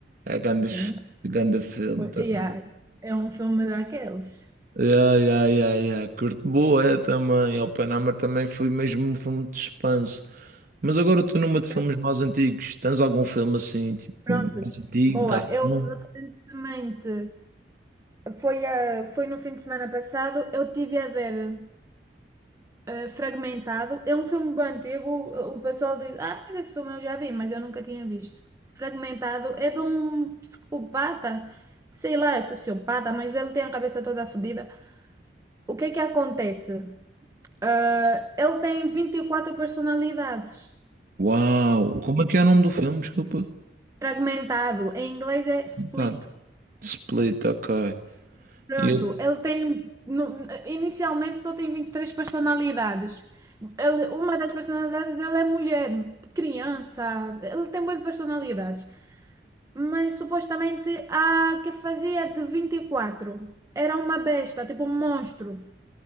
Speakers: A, on the right (about 50°); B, on the right (about 15°).
A: É grande,
B: Sim.
A: grande filme
B: Bo-
A: também.
B: Yeah. É um filme daqueles.
A: Yeah, yeah, yeah, yeah. Curto boé também. Oppenheimer também foi mesmo um filme de suspense. Mas agora eu estou numa de filmes
B: Eu-
A: mais antigos. Tens algum filme assim, tipo,
B: Prontos.
A: mais antigo,
B: Boa.
A: da
B: Eu
A: ação?
B: recentemente, foi, a foi no fim de semana passado, eu tive a ver. eh, Fragmentado. É um filme bem antigo. O pessoal diz: Ah, mas esse filme eu já vi, mas eu nunca tinha visto. Fragmentado é de um psicopata, sei lá, é sociopata, mas ele tem a cabeça toda fodida. O que é que acontece? Ah, ele tem 24 personalidades.
A: Uau! Como é que é o nome do filme? Desculpa.
B: Fragmentado, em inglês é split.
A: Tá. Split, ok.
B: Pronto,
A: E ele.
B: ele tem, no- inicialmente só tem 23 personalidades. Ele, uma das personalidades dele é mulher, criança, ele tem muitas personalidades. Mas supostamente a que fazia de 24 era uma besta, tipo um monstro.